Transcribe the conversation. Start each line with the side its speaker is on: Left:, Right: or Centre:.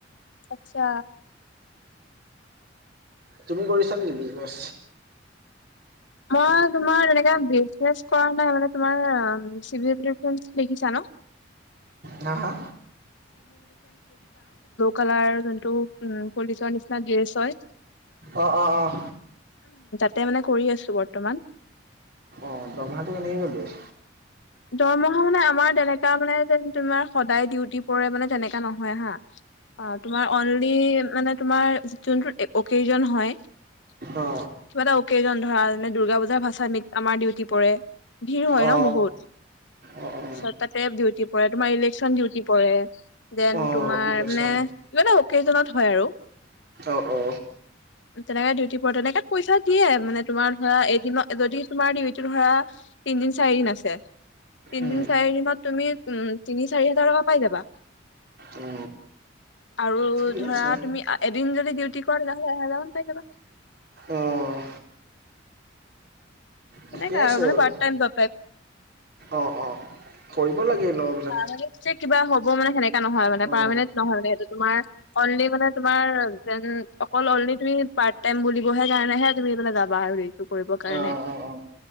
Left: আচ্ছা।
Right: তুমি কৰিছা নি বিজনেছ?
Left: মই তোমাৰ তেনেকে বিজনেছ কৰা নাই। মানে তোমাৰ, আ, চিভিল <unintelligible> <unintelligible> দেখিছা ন?
Right: নাহা
Left: কলাৰৰ যোনটো, উম, পুলিচৰ নিচিনা ড্ৰেছ হয়।
Right: অ', অ', অহ।
Left: তাতে মানে কৰি আছোঁ বৰ্তমান।
Right: অ' দৰমহাটো কেনেকে গ'ল?
Left: দৰমহা মানে আমাৰ তেনেকা মানে যে তোমাৰ সদায় ডিউটি পৰে মানে তেনেকা নহয় হা। অ' তোমাৰ অনলি মানে তোমাৰ জোনটোত অকেজন হয় কিবা
Right: অ
Left: এটা অকেজন ধৰা যে দুূৰ্গা পূজাৰ ভাচানিত আমাৰ ডিউটি পৰে। ভিৰ হয়
Right: অ
Left: ন' বহুত।
Right: অ অ
Left: ছয়টাতে ডিউটি পৰে, তোমাৰ ইলেকচন ডিউটি পৰে। দেন
Right: অ
Left: তোমাৰ
Right: ইলেকচন
Left: মানে ইটা অকেজনত হয় আৰু।
Right: অ অ
Left: তেনেকে ডিউটি পৰে, তেনেকে পইচা দিয়ে মানে তোমাৰ ধৰা এদিনত যদি তোমাৰ ডিউটি ধৰা তিনদিন, চাৰি দিন আছে তিনদিন,
Right: উম
Left: চাৰিদিনত তুমি উ, তিনি, চাৰি হাজাৰ টকা পাই যাবা।
Right: অ
Left: আৰু
Right: ঠিকে
Left: ধৰা
Right: আছে
Left: তুমি এদিন যদি ডিউটি কৰা তেতিয়াহ'লে এহেজাৰ মান পাই যাবা।
Right: অ'। ঠিকে
Left: তেনেকা
Right: আছে
Left: মানে
Right: আৰু।
Left: পাৰ্ট টাইম জব টাইপ
Right: অ', অ, কৰিব লাগে। ন এইবিলাক
Left: পাৰ্মানেণ্ট যে কিবা হ'ব মানে সেনেকা নহয় মানে
Right: অ
Left: পাৰমানেণ্ট নহয় মানে সেইটো তোমাৰ অনলি মানে তোমাৰ যেন অকল অনলি তুমি পাৰ্ট টাইম বুলিবহে কাৰণেহে তুমি মানে যাবা হেৰি কৰিব কাৰনে,
Right: অ অ অ